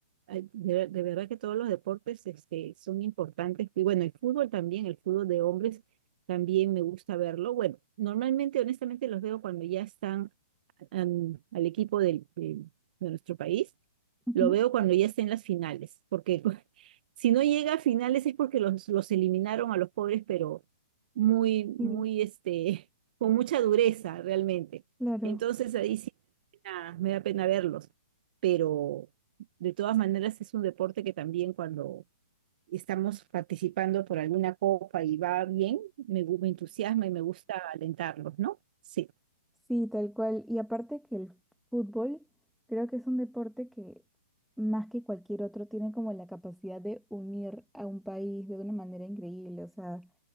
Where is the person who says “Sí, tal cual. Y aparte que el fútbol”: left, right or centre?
Centre